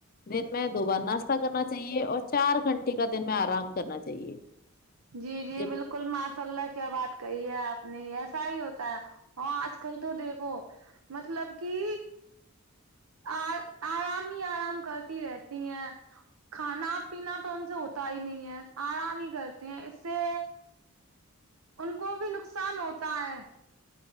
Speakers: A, on the left; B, on the right.
A: دن میں دو بار ناشتہ کرنا چاہیے اور چار گھنٹے کا دن میں آرام کرنا چاہیے
B: جی جی
A: جب
B: بالکل ماشاء اللہ کیا بات کہی ہے آپ نے ایسا ہی ہوتا ہے ہاں آج کل تو دیکھو مطلب کی آ آرام ہی آرام کرتی رہتی ہیں کھانا پینا تو ان سے ہوتا ہی نہیں ہے آرام ہی کرتے ہیں اس سے ان کو بھی نقصان ہوتا ہے